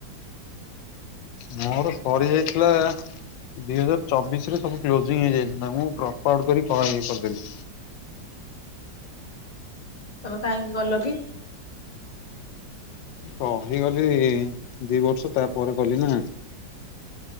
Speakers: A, on the left; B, on the left.
A: ମୋର ସରି ଯାଇଥିଲା
B: ଏ
A: ଦୁଇ ହଜାର ଚବିଶ ରେ ସବୁ କ୍ଲୋଯିଂ ହେଇଯାଇଥିଲା, ମୁଁ ଡ୍ରପ ଆଉଟ କରି ଇଏ କରିଦେଲି।
B: ହ ତମେ କାହିଁକି ଗଲ କି?
A: ରହିଗଲି ଦି ବର୍ଷ ତାପରେ ଗଲି ନା।